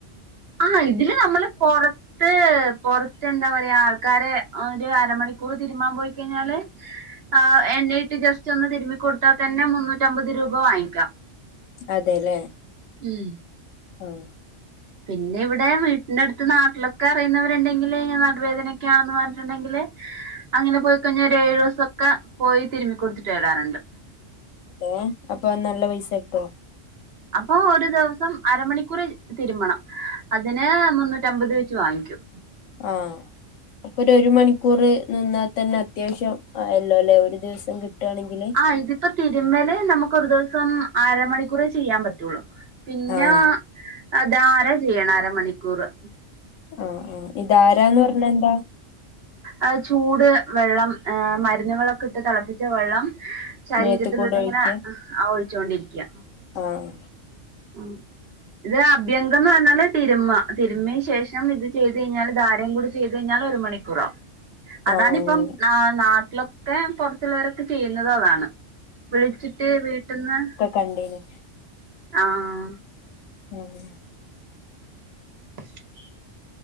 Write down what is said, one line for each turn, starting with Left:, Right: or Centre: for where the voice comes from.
Right: ആഹ് ഇതില്നമ്മള്പൊറ- ത്ത്പൊറത്ത് എന്താപറയാ, ആൾക്കാരെ ഒരുഅരമണിക്കൂർ- തിരുമാൻപോയികഴിഞ്ഞാല്- ആഹ് എണ്ണീട്ട്- ജസ്റ്റോന്ന്തിരുമ്മികൊടുത്താ- തന്നെ മുന്നൂറ്റഅമ്പത് രൂപ വാങ്ങിക്കാ.
Left: അതെല്ലേ.
Right: ഉം.
Left: ആഹാ.
Right: പിന്നെവിടെ വീട്ടിന്റെടുത്ത്- നാട്ടിലൊക്കെ- അറിയുന്നവരുണ്ടെങ്കില് നടുവേദനക്കൊണെന്ന് പറഞ്ഞിട്ടുണ്ടെങ്കില് അങ്ങനെപോയിക്കഴഞ്ഞ- ഒരെഴുസൊക്കെ- പോയിതിരുമികൊടുത്തിട്ട് വരാറുണ്ട്.
Left: അഹ് അപ്പോ നല്ലപൈസകിട്ടോ.
Right: അപ്പോ ഒരുദിവസം അരമണിക്കൂർ തിരുമണം. അതിന് മുന്നൂറ്റമ്പത് വെച്ച് വാങ്ങിക്കും.
Left: ആഹ്. അപ്പോ രോരുമണിക്കൂർ നിന്നതന്നെ- അത്യാവശ്യംആയല്ലോല്ലെ? ഒരു ദിവസംകിട്ടെണെങ്കില്-
Right: ആഹ്, ഇതിപ്പോതിരുമല്നമുക്കൊരു- ദിവസംഅരമണിക്കൂറേചെയ്യാൻ പറ്റുള്ളൂ. പിന്നെഹ്
Left: ആഹ്
Right: അധാരചെയ്യണംഅര മണിക്കൂറ്.
Left: ആഹ്, ആഹ്, ഈ ധാരാന്ന്പറഞ്ഞ എന്താ?
Right: ആയ്ചൂട് വെള്ളം ഏഹ്, മരുന്നുകളൊക്കെട്ട് തെളപ്പിച്ച വെള്ളം- ശരീരത്തില്ട്ട്ങ്ങനെ-
Left: മേത്ത് കൂടെ ഒഴിക്ക
Right: ഒഴിചോണ്ടിരിക്കയ.
Left: ആഹ്.
Right: ആഹ് ഇയഅഭ്യങ്കംന്ന്പറഞ്ഞാല്. തിരുമ തിരുമയന്ശേഷംഇത്- ചെയ്തെഴിഞ്ഞാധാരയുംകൂടി- ചെയ്തെഴിഞ്ഞാ ഒരുമണിക്കൂറാകും. അതാണിപ്പംനാട്ടിലൊക്കെ-
Left: ആഹ് അങ്ങനെ
Right: പൊറത്തുള്ളവരൊക്കെചെയ്യുന്നത് താണ്. വിളിച്ചിട്ട് വീട്ടിൽന്ന്-
Left: കണ്ടേനി.
Right: ആഹ്.
Left: ആഹ്.
Right: <inaudible>